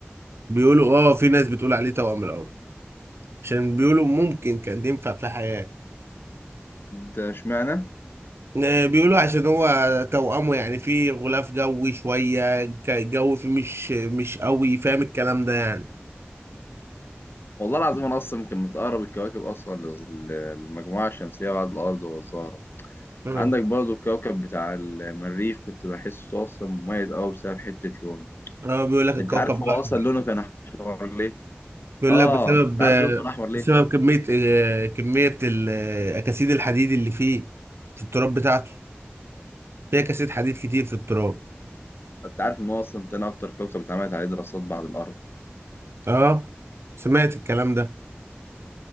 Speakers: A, on the right; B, on the left.
A: بيقولوا اه في ناس بتقول عليه توأم القمر عشان بيقولوا ممكن كان ينفع في حياة
B: ده اشمعنى
A: آه، بيقولوا عشان هو توأمه يعني في غلاف جوي شوية ك- الجو فيه مش مش قوي فاهم الكلام ده يعني
B: والله العظيم انا اصلا يمكن متقرب الكواكب اصلا لل- للمجموعة الشمسية بعد الارض والزهرة
A: اه
B: عندك برضو الكوكب بتاع المريخ كنت بحسه اصلا مميز قوي بسبب حتة لونه
A: آه، بيقول لك الكوكب
B: انت عارف هو
A: الأحمر
B: اصلا لونه كان احمر ليه
A: بيقول
B: اه
A: لك بسبب
B: انت عارف
A: آه،
B: لونه كان احمر ليه
A: بسبب كمية آه، كمية ال- آه، أكاسيد الحديد اللي فيه في التراب بتاعته فيه أكاسيد حديد كتير في التراب
B: انت عارف ان هو اصلا تاني اكتر كوكب اتعملت عليه دراسات بعد الارض
A: اه سمعت الكلام ده